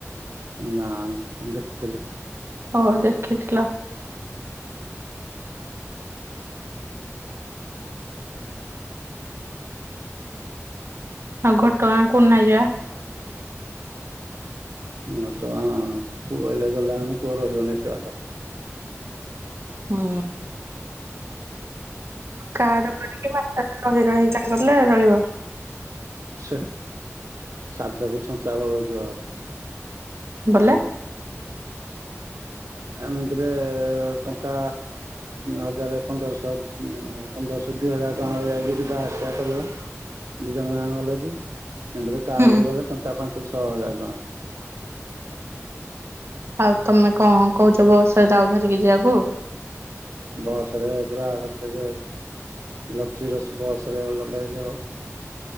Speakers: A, on the right (about 80°); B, on the right (about 55°).
A: ନା ଦେଖି ଦେଲେ।
B: ହଁ ଦେଖିଥିଲ। ଆଉ ଘଟଗାଁ କୋଉ ଦିନ ଯିବା??
A: ଘଟ ଗାଁ ପୁଅ ଆଇଲା ଗଲା ପୁଅ କୁଆଡ଼େ ଯିବାନି ଏତେ ବାଟ।
B: ହଁ। କାର କରିକି ବାଟରେ ରହି ରହିକା ଗଲେ ରହିବ।
A: ସେ ସାଧକୁ ଛଞ୍ଚା ବଳ ଯିବା କଥା।
B: ବଲେ।
A: ଏମିତିରେ ଟଙ୍କା ହଜାର ପନ୍ଦରଶହ। ପନ୍ଦରଶହ ଦି ହଜାର ଟଙ୍କା ଯାଇକି ଯିବା ଆସିବା କରିବା ଦି ଜଣ ଗାଁ ଗଲେ କି। ଏମିତି ରେ କାର
B: ହୁଁ
A: ରେ ଗଲେ ଟଙ୍କା ପାଞ୍ଚ ଛଅ ହଜାର ଟଙ୍କା।
B: ଆଉ ତମେ କଣ କହୁଛ ବସ ରେ ତାକୁ ଧରିକି ଯିବାକୁ।
A: ବସରେ ପୁରା ଆର। <unintelligible> ଲକ୍ଜରିୟସ ବସରେ ଗଲେ ହେରି ହବ।